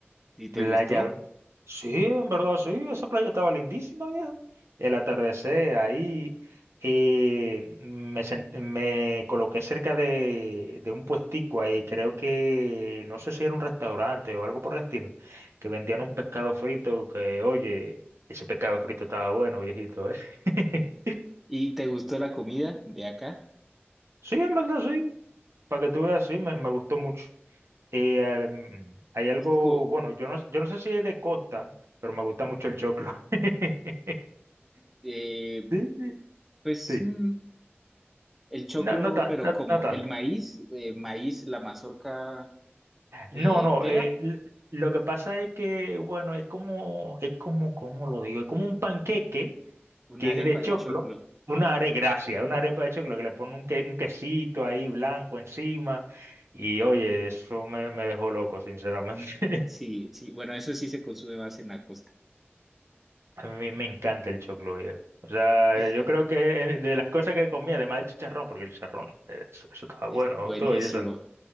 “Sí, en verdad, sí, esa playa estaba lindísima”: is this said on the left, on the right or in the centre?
Right